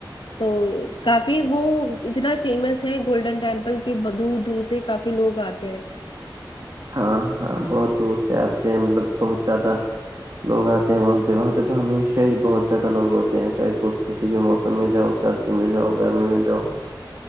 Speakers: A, on the left (about 75°); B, on the right (about 50°).
A: تو کافی وہ اتنا فیمس ہے گولڈن ٹیمپل کی دور دور سے کافی لوگ آتے ہیں
B: ہاں ہاں بہت دور سے آتے ہیں مطلب بہت زیادہ لوگ آتے ہیں وہاں پہ وہاں پہ تو ہمیشہ ہی بہت زیادہ لوگ ہوتے ہیں چاہے کوئی کسی بھی موسم میں جاؤ سر سردی میں جاؤ گرمی میں جاؤ